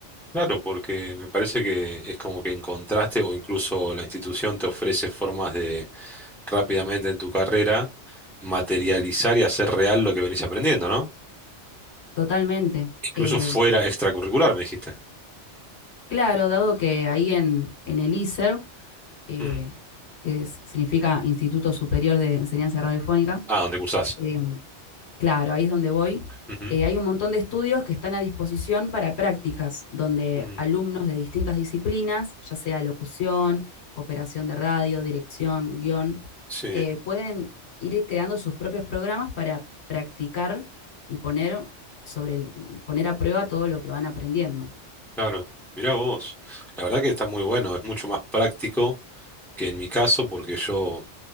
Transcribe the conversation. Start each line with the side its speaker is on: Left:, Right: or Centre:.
Centre: Claro, porque me parece que es como que encontraste o incluso la institución te ofrece formas de rápidamente en tu carrera materializar y hacer real lo que venís aprendiendo, ¿no?
Left: totalmente.
Centre: Incluso
Left: Eh,
Centre: fuera extracurricular, me dijiste.
Left: claro, dado que ahí en, en el ISER, eh,
Centre: Mm.
Left: que es- significa Instituto Superior de Enseñanza Radiofónica,
Centre: Ah, ¿dónde cursás.
Left: eh, Claro, ahí es donde voy.
Centre: Ujú.
Left: Eh, hay un montón de estudios que están a disposición para prácticas, donde
Centre: Mm.
Left: alumnos de distintas disciplinas, ya sea locución, operación de radio, dirección, guión,
Centre: Sí,
Left: eh, pueden ir creando sus propios programas para practicar y poner, sobre el- poner a prueba todo lo que van aprendiendo.
Centre: claro. Mirá vos. La verdad que está muy bueno. Es mucho más práctico que en mi caso, porque yo,